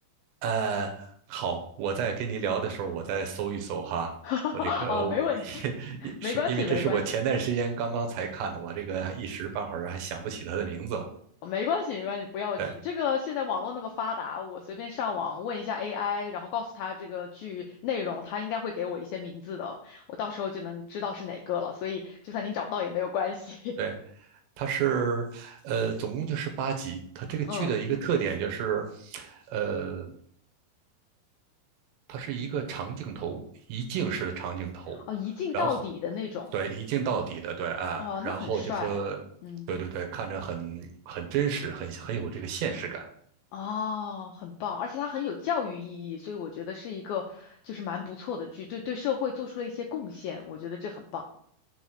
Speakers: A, on the right; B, on the left.
A: 呃，好，我在跟您聊的时候，我再搜一搜哈。
B: <laughs>
A: 我这个我也也是因为这是我前段时间刚刚才看的，
B: 哦，没问题，没关系，没关系。
A: 我这个还一时半会儿还想不起他的名字了。
B: 没关系，没关系，不要紧。
A: 对
B: 这个现在网络那么发达，我随便上网问一下 AI，然后告诉他这个剧内容，他应该会给我一些名字的，我到时候就能知道是哪个了。所以就算您找不到也没有关系。
A: 对，他是呃，总共就是八集。他这个剧的一个特点就是，
B: <laughs> 嗯，
A: 呃，它是一个长镜头，一镜式的长镜头，
B: 哦，一镜到底的那种，
A: 然后对一镜到底的，对啊，
B: 哦，那很帅。
A: 然后就说，
B: 嗯，
A: 对对对，看着很很真实，很很有这个现实感。
B: 哦，很棒，而且它很有教育意义，所以我觉得是一个就是蛮不错的剧，对对社会做出了一些贡献，我觉得这很棒。